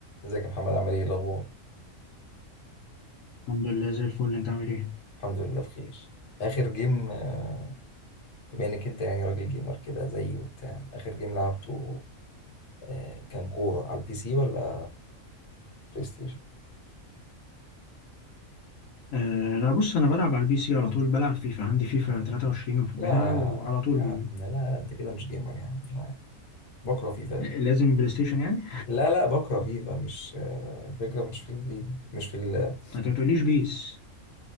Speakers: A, on the left; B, on the left.
A: ازيك يا محمد عامل ايه إيه الاخبار
B: الحمد لله زي الفل انت عامل ايه
A: الحمد لله بخير اخر جيم آه، بما انك انت يعني راجل جيمر كده زيي وبتاع اخر جيم لعبته آه، كان كوره على البي سي ولا بلاي ستيشن
B: آه لا بص انا بلعب على البي سي على طول بلعب فيفا عندي فيفا 23 محملها
A: لا
B: وعلى طول
A: لا لا انت كده مش جيمر يعني لا بكره فيفا ده
B: آه، لازم بلاي ستيشن يعني
A: لا لا بكره فيفا مش آه، الفكره مش في الفيفا مش في ال-
B: انت ما تقوليش بيس